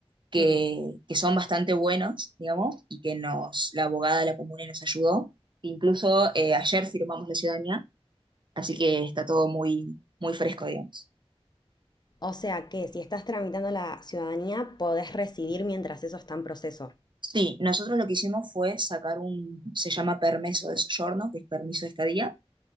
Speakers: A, on the right; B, on the left.
A: que,
B: mm.
A: que son bastante buenos, digamos, y que nos, la abogada de la comuna nos ayudó. Incluso eh, ayer firmamos la ciudadanía, así que está todo muy, muy fresco, digamos.
B: O sea que si estás tramitando la ciudadanía, podés residir mientras eso está en proceso.
A: Sí, nosotros lo que hicimos fue sacar un, se llama permiso de soggiorno, que es permiso de estadía.